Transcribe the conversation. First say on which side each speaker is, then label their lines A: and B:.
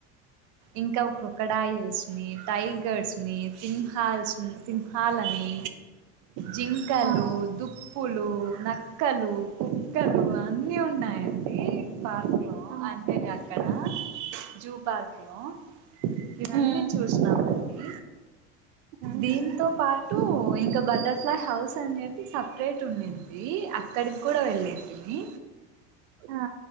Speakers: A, on the right; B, on the right.
A: ఇంకా క్రొకొడైల్స్ ని, టైగర్స్ ని, సింహాల్స్ సింహాలని జింకలు,
B: ఆ
A: దుప్పులు నక్కలు, కుక్కలు, అన్నీ ఉన్నాయండి పార్ లో
B: ఆ
A: అంటే అక్కడ జూ పార్క్ లో ఇవన్నీ
B: ఉమ్
A: చూసినామండి.
B: ఉహు
A: దీంతో పాట్ టు ఇంకా బటర్ఫ్లై హౌస్ అని చెప్పి సప్రేట్ ఉనింది అక్కడికి కూడా వెళ్ళి టిమి
B: ఆ